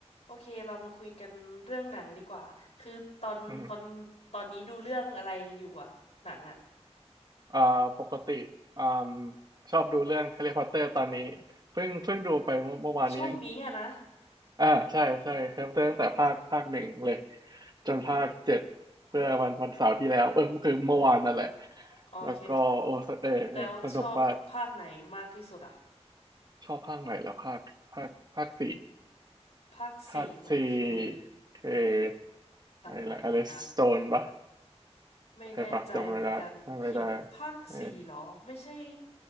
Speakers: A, on the left (about 75°); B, on the right (about 40°).
A: โอเคเรามาคุยกันเรื่องหนังดีกว่าคือตอนตอน
B: อืม
A: ตอนนี้ดูเรื่องอะไรอยู่อะหนังอะ
B: อ่า ปกติ อ่ามชอบดูเรื่องแฮร์รี่พอตเตอร์ตอนนี้เพิ่งเพิ่งดูไปเมื่อเมื่อวานนี้เอง
A: ช่วงนี้อะนะ
B: อ่าใช่ใช่แฮร์รี่พอตเตอร์ตั้งแต่ภาคภาคหนึ่งเลยจนภาคเจ็ดเมื่อวันวันเสาร์ที่แล้วเออคือเมื่อวานนั่นแหละ
A: อ๋อโอเค
B: แล้วก็โอ้เออเออสนุกมาก
A: แล้วชอบภาคไหนมากที่สุดอะ
B: ชอบภาคไหนแล้วภาคภาคภาคสี่
A: ภาคสี่มันคือ
B: ภาคสี่คือ
A: อะไรนะ
B: อะไรนะอลิสโตนปะ
A: ไม่แน่ใจเหมือนกันหินภาคสี่เหรอไม่ใช่
B: ใช่ปะจำไม่ได้จำไม่ได้เอ